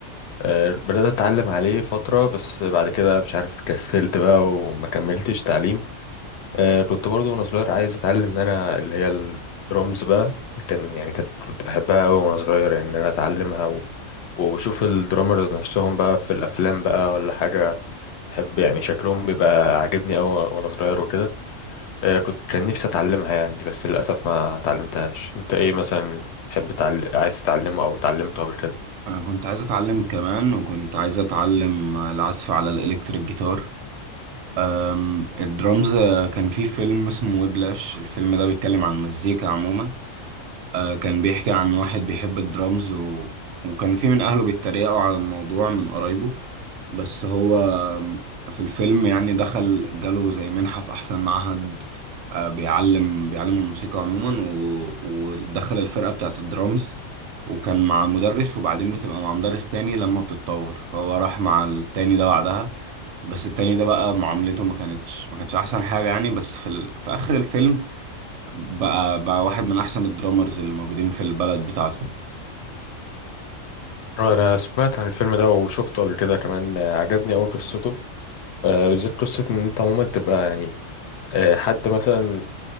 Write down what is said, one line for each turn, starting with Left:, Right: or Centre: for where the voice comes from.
Left: آه، بدأت اتعلم عليه فترة بس بعد كده مش عارف كسلت بقى وما كملتش تعليم آه، كنت برضو وانا صغير عايز اتعلم ان انا اللي هي الدرمز بقى كان يعني كانت كنت بحبها قوي وانا صغير يعني ان انا اتعلمها و... وبشوف الدرامرز نفسهم بقى في الافلام بقى ولا حاجة بحب يعني شكلهم بيبقى عاجبني قوي وانا صغير وكده آه، كنت كان نفسي اتعلمها يعني دي بس للاسف ما اتعلمتهاش انت ايه مثلا تحب تعل... عايز تتعلمه او اتعلمته قبل كده
Right: انا كنت عايز اتعلم كمان وكنت عايز اتعلم العزف على الالكتريك جيتار أم، الدرامز آه، كان في فيلم اسمه ويبلاش الفيلم ده بيتكلم عن المزيكا عموما آه، كان بيحكي عن واحد بيحب الدرامز و... وكان في من أهله بيتريقوا على الموضوع من قرايبه بس هو آم، في الفيلم يعني دخل جاله زي منحة في أحسن معهد آه، بيعلم بيعلم الموسيقى عموما و... ودخل الفرقة بتاعت الدرامز وكان مع مدرس وبعدين بتبقى مع مدرس تاني لما بتتطور فهو راح مع التاني ده بعدها بس التاني ده بقى معاملته ما كانتش ما كانتش أحسن حاجة يعني بس في ال... في آخر الفيلم بقى بقى واحد من احسن الدرامرز اللي موجودين في البلد بتاعته
Left: آه، انا سمعت عن الفيلم ده وشفته قبل كده كمان آه، عجبني أوي قصته آه، بالذات قصة ان انت عموما تبقى يعني آه، حد مثلا